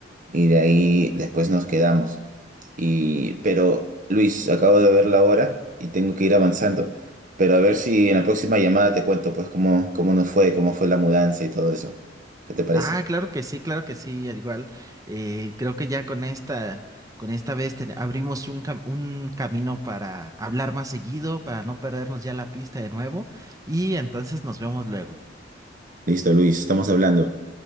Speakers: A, on the right; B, on the right.
A: y de ahí después nos quedamos. Y, pero, Luis, acabo de ver la hora y tengo que ir avanzando. Pero a ver si en la próxima llamada te cuento pues cómo, cómo nos fue, cómo fue la mudanza y todo eso. ¿Qué te parece?
B: Ah, claro que sí, claro que sí, al igual. eh, creo que ya con esta, con esta vez ten- abrimos un, cam- un camino para hablar más seguido, para no perdernos ya la pista de nuevo. Y entonces nos vemos luego.
A: Listo, Luis, estamos hablando.